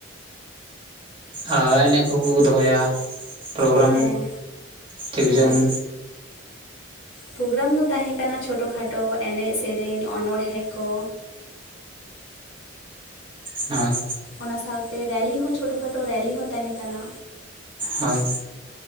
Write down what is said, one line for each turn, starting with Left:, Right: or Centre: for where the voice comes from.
Right: ᱟᱨ ᱮᱱᱮᱡ ᱠᱚᱠᱚ ᱠᱚ ᱫᱚᱦᱚᱭᱟ ᱯᱨᱳᱜᱨᱟᱢ
Left: ᱦᱮᱸ
Right: ᱪᱮᱫ ᱠᱚ
Left: ᱦᱮᱸ
Right: ᱪᱚᱝ?
Left: ᱯᱨᱳᱜᱨᱟᱢ ᱫᱚ ᱛᱟᱦᱮᱸ ᱠᱟᱱᱟ ᱪᱷᱳᱴᱚ ᱠᱷᱟᱴᱚ ᱮᱱᱮᱡ, ᱥᱮᱨᱮᱧ, ᱚᱱᱚᱬᱦᱮ ᱠᱚ᱾
Right: ᱦᱳᱭ
Left: ᱚᱱᱟ ᱥᱟᱶᱛᱮ ᱨᱮᱞᱤ ᱦᱚᱸ ᱪᱷᱳᱴᱳ ᱠᱷᱟᱴᱳ ᱨᱮᱞᱤ ᱦᱚᱸ ᱛᱟᱦᱮᱸ ᱠᱟᱱᱟ᱾
Right: ᱦᱳᱭ